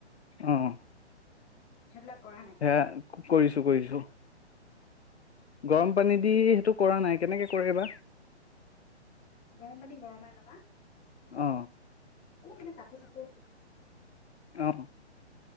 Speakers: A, on the left; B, on the left.
A: অহ।
B: সেইবিলাক কৰা নাই
A: হে কৰিছো কৰিছো। গৰম পানী দি সেইটো কৰা নাই কেনেকে কৰে বা?
B: গৰম পানী গৰমাই ল'বা। অলপ
A: অ
B: কাপোৰ চাপোৰ।
A: অ